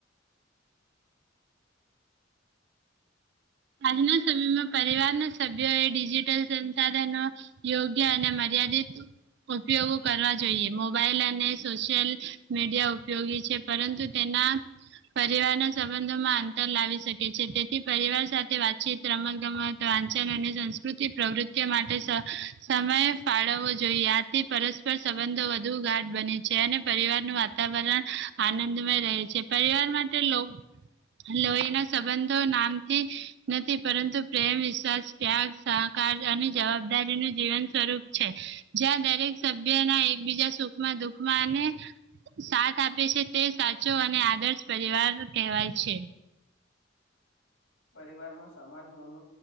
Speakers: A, on the right; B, on the left.
A: હાલના સમયમાં પરિવારના સભ્યો એ ડિજિટલ સંસાધનો યોગ્ય અને મર્યાદિત ઉપયોગો કરવા જોઈએ મોબાઈલ અને સોશિયલ મીડિયા ઉપયોગી છે. પરંતુ તેના પરિવારના સંબંધોમાં અંતર લાવી શકે છે તેથી પરિવાર સાથે વાતચીત રમતગમત વાંચન અને સંસ્કૃતિ પ્રવૃત્તિઓ માટે સમય ફાળવવો જોઈએ આથી પરસ્પર સંબંધો વધુ ગાઢ બની છે અને પરિવાર ન વાતાવરણ આનંદમય રહે છે પરિવાર માટે લો લોહીના સંબંધો નામથી નથી પર પરંતુ પ્રેમ વિશ્વાસ ત્યાગ સહકાર અને જવાબદારી નું જીવન સ્વરૂપ છે. જ્યાં દરેક સભ્યના એકબીજા સુખમાં દુખમાં અને સાથ આપે છે તે સાચો અને આદર્શ પરિવાર કહેવાય છે.
B: પરિવારમાં સમાજ મો ન